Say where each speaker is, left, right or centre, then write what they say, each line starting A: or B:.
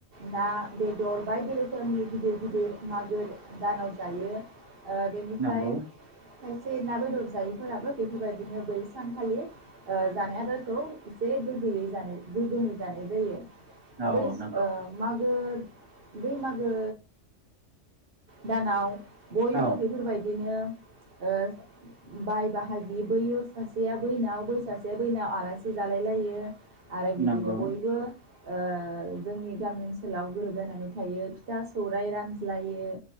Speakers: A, on the right; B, on the right.
A: ना बेदर बायदि रोखोमनि गिदिर गिदिर मागो दानाव जायो आ बेनिफ्राइ
B: नंगौ
A: खायसे ना बेदर जायैफोराबो बेफोरबायदिनो बै सानखालि जानाय आदारखौ एसे गोग्गोयै जानाय गोगोमै जानाय जायो।
B: औ
A: बेस
B: नंगौ
A: ओ मागो ब मागो दानाव बयबो
B: औ
A: बिफोरबाय बिदिनो बाय बाहागि बोयो सासेया बैनाव बै सासेया बैनाव आलासि जालायलायो आरो बिदिनो
B: नंगौ
A: बयबो ओ जोंनि गामि ओनसोलाव गोरोबलायनानै थायो फिथा सौराइ रानज्लायो